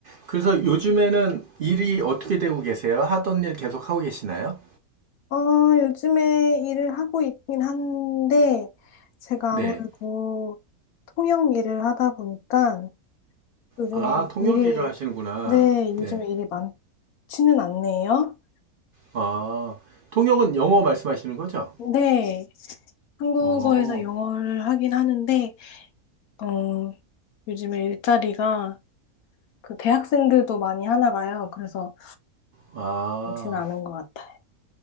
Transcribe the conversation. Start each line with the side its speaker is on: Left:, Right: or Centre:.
Right: 그래서 요즘에는 일이 어떻게 되고 계세요? 하던 일 계속 하고 계시나요?
Left: 어, 요즘에 일을 하고 있긴 한데, 제가
Right: 네.
Left: 아무래도 통역 일을 하다 보니까 요즘에
Right: 아, 통역
Left: 일이,
Right: 일을 하시는구나.
Left: 네, 요즘에
Right: 네.
Left: 일이 많지는 않네요.
Right: 아, 통역은 영어 말씀하시는 거죠?
Left: 네, 한국어에서
Right: 어,
Left: 영어를 하긴 하는데, 어, 요즘에 일자리가 그 대학생들도 많이 하나 봐요. 그래서
Right: 아.
Left: 많지는 않은 것 같아요.